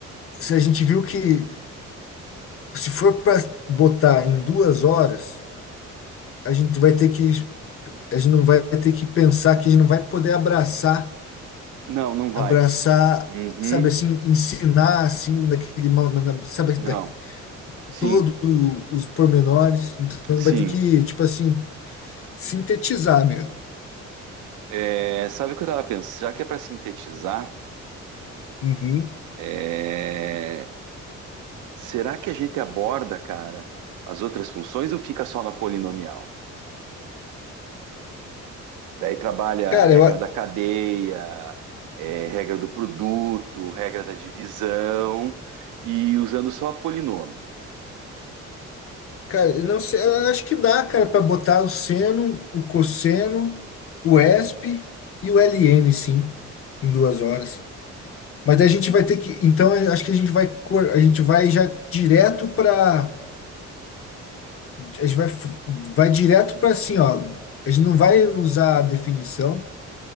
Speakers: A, on the left; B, on the right.
A: se a gente viu que se for para botar em duas horas, a gente vai ter que, a gente não vai ter que pensar que a gente não vai poder abraçar,
B: Não, não vai.
A: abraçar,
B: Uhum.
A: sabe assim, ensinar assim, naquele, mo- na, na- sabe,
B: Não.
A: da,
B: Sim,
A: todos os pormenores. Então
B: sim.
A: vai ter que, tipo assim. Sintetizar mesmo.
B: É, sabe o que eu tava pensando? Já que é para sintetizar,
A: Uhum.
B: é, será que a gente aborda, cara, as outras funções ou fica só na polinomial? Daí trabalha
A: Cara,
B: a regra
A: eu, a-
B: da cadeia, é, regra do produto, regra da divisão, e usando só polinômio.
A: cara, eu não sei, eu acho que dá, cara, para botar o seno, o cosseno, o esp e o ln, sim, em duas horas. Mas daí a gente vai ter que, então eu acho que a gente vai, cor- a gente vai já direto para, a gente vai, f- vai direto para assim, ó, a gente não vai usar a definição,